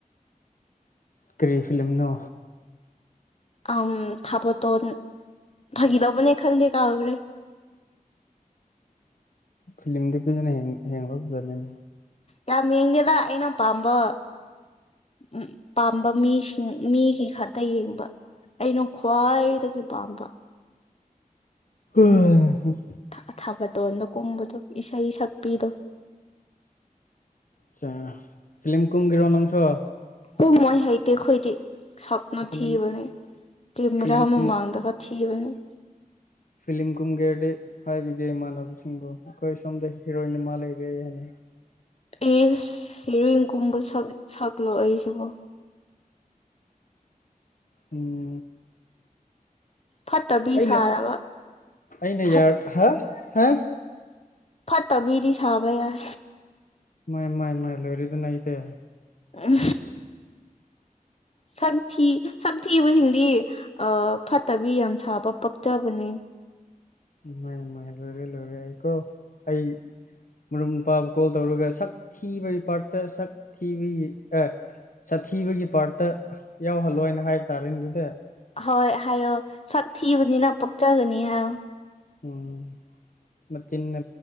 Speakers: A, on the left; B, on the left.
A: ꯀꯔꯤ ꯐꯤꯂꯝꯅꯣ
B: ꯑ ꯊꯥꯕꯣꯇꯣꯟ ꯐꯈꯤ ꯇꯧꯕꯅꯦ ꯈꯪꯗꯦ ꯀꯥꯎꯈ꯭ꯔꯦ
A: ꯐꯤꯂꯝꯒꯤꯗꯨꯅ <unintelligible> ꯍ‌ꯦꯟ ꯍꯌ‌ꯦꯡ ꯂꯧꯗ‌ꯣꯔ ꯅꯪ
B: ꯌꯥꯝ ꯌꯦꯡꯗ‌ꯦꯗ ꯑꯩꯅ ꯄꯥꯝꯕ ꯎ ꯄꯥꯝꯕ ꯃꯤꯁꯤꯡ ꯃꯤꯒꯤ ꯈꯛꯇ ꯌꯦꯡꯕ ꯑꯩꯅ ꯈ꯭ꯋꯥꯏꯗꯒꯤ ꯄꯥꯝꯕ
A: ꯎ <unintelligible>
B: ꯊ ꯊꯥꯕꯇꯣꯟꯗ ꯀꯨꯝꯕꯗꯣ ꯏꯁꯩ ꯁꯛꯄꯤꯗꯣ
A: ꯆꯥ ꯐꯤꯂꯝ ꯀꯨꯝꯒ‌ꯦꯔꯣ ꯅꯪꯁꯨ
B: ꯀꯨꯝꯃꯣꯏ ꯍꯩꯇꯦ ꯑꯩꯈꯣꯏꯗꯤ ꯁꯛꯅ
A: ꯐꯤꯂꯝ
B: ꯊꯤꯕꯅ‌ꯦ ꯀꯦꯃꯦꯔꯥ
A: ꯐꯤꯂꯝ ꯀꯨꯝ
B: ꯃꯃꯥꯡꯗꯒ ꯊꯤꯕꯅ‌ꯦ
A: ꯐꯤꯂꯝ ꯀꯨꯝꯒꯦ ꯍꯥꯏꯔꯗꯤ ꯍꯥꯏꯕꯤꯒꯦ ꯏꯃꯥꯟꯅꯕꯁꯤꯡꯕꯨ ꯑꯩꯈꯣꯏ ꯁꯣꯝꯗ ꯍꯤꯔꯣꯏꯟ ꯑꯃ ꯂꯩꯔ‌ꯦ ꯍꯥꯏꯅ
B: ꯏꯁ ꯍꯦꯔꯣꯏꯟ ꯀꯨꯝꯕ ꯁꯛ ꯁꯛꯂꯣ ꯑꯩꯁꯤꯕꯣ
A: ꯎꯝ
B: ꯐꯠꯇꯕꯤ
A: ꯑꯩꯅ
B: ꯁꯥꯔꯒ
A: ꯑꯩꯅ
B: ꯐꯠ
A: ꯌꯥꯔ ꯍꯥ ꯍꯥ
B: ꯐꯠꯇꯕꯤꯗꯤ ꯁꯥꯕ ꯌꯥꯏ
A: ꯃꯥꯏ ꯃꯥꯏ ꯃꯥꯏ ꯂꯣꯏꯔ‌ꯦꯗꯅ ꯑꯩꯗꯤ
B: ꯎꯝ ꯁꯛꯊꯤ ꯁꯛꯊꯤꯕꯁꯤꯡꯗꯤ ꯑ ꯐꯠꯇꯕꯤ ꯌꯥꯝ ꯁꯥꯕ ꯄꯛꯆꯕꯅꯦ
A: ꯃ ꯃꯥꯏ ꯂ‌ꯣꯏꯔꯦ ꯂ‌ꯣꯏꯔꯦ ꯑꯩ ꯀꯣ ꯑꯩ ꯃꯔꯨꯞ ꯃꯄꯥꯕꯨ ꯀꯣꯜ ꯇꯧꯔꯒ ꯁꯛ ꯊꯤꯕꯒꯤ ꯄꯥꯔꯠꯇ ꯁꯛ ꯊꯤꯕꯒꯤ ꯑꯦ ꯁꯥꯊꯤꯕꯒꯤ ꯄꯥꯔꯠꯇ ꯌꯥꯎꯍꯜꯂꯣ ꯍꯥꯏꯅ ꯍꯥꯏꯕ ꯇꯥꯔꯦꯅ‌ꯦ ꯑꯗꯨꯗꯤ
B: ꯍꯣꯏ ꯍꯥꯏꯌꯣ ꯁꯛ ꯊꯤꯕꯅꯤꯅ ꯄꯛꯆꯒꯅꯤ ꯍꯥꯏꯌꯣ
A: ꯎꯝ ꯃꯆꯤꯟꯅ